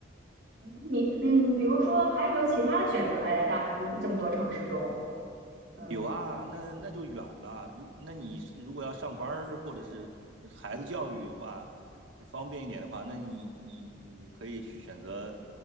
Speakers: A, on the right; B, on the right.
A: 你嗯，比如说还有没有其他的选择？哎，在大温这么多城市中，嗯。
B: 有啊，那那就远了。如那你是如果要上班儿或者是呃孩子教育的话，方便一点的话，那你你你可以去选择，